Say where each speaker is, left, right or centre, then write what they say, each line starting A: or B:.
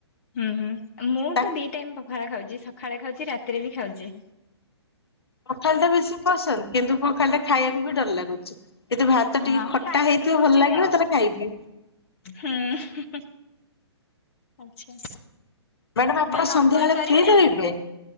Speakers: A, on the left; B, on the left.
A: ଉଁ ହୁଁ ମୁଁ
B: ତାକୁ
A: ତ ଦି ଟାଇମ ପଖାଳ ଖାଉଛି। ସକାଳେ ଖାଉଛି ରାତିରେ ବି ଖାଉଛି।
B: ପଖାଳ ଟା ବେଶୀ ପସନ୍ଦ କିନ୍ତୁ ପଖାଳ ଟା ଖାଇବାକୁ ବି ଡର ଲାଗୁଛି। କିତୁ ଭାତ
A: ହଁ
B: ଟିକେ ଖଟା
A: ଥାଇରଏଡ
B: ହେଇଥିବ
A: ରହୁଛି
B: ଭଲ ଲାଗିବ
A: ଆଉ
B: ତାହେଲେ ଖାଇବି।
A: ହୁଁ। ଆଛା
B: ମ୍ୟାଡାମ ଆପଣ
A: ମ୍ୟାମ
B: ସନ୍ଧ୍ୟାବେଳେ
A: ଆଉ କଲ କରିବେ?
B: ଫ୍ରି ରହିବେ